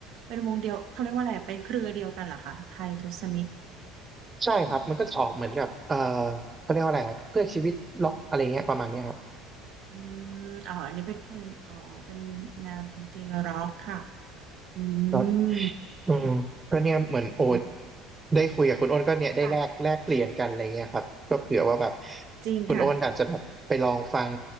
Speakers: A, on the right; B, on the right.
A: เป็นวงเดียวเขาเรียกว่าอะไรเป็นเครือเดียวกันเหรอคะไทยทศมิตร
B: ใช่ครับมันก็จะออกเหมือนกับเอ่อเขาเรียกว่าอะไรครับเพื่อชีวิตล็อกอะไรเงี้ยประมาณเนี้ยครับ
A: อืมอ๋ออันนี้เป็นเพลงอ๋อเป็นแนวดนตรีร็อกค่ะ อืม
B: แล้วอืมก็เนี่ยเหมือนโอ๊ต
A: อ่ะโอ้โห
B: ได้คุยกับคุณโอ้นก็เนี่ยได้แลกแลกเปลี่ยนกันอะไรเงี้ยครับก็เผื่อว่าแบบ
A: ค่ะ <laughs> จริงค่ะ
B: คุณโอ้นอาจจะแบบไปลองฟัง